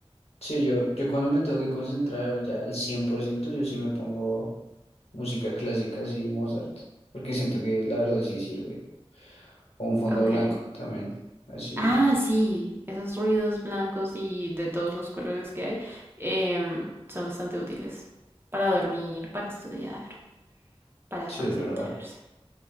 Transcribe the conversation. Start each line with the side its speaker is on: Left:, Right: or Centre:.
Left: Sí, yo, yo cuando me tengo que concentrar ya al 100% yo sí me pongo música clásica, así Mozart, porque siento que la verdad sí sirve. O un fondo
Right: Ok.
Left: blanco también, así,
Right: Ah, sí, esos ruidos blancos y de todos los colores que hay em, son bastante útiles para dormir, para estudiar, para
Left: sí
Right: concentrarse.
Left: es verdad.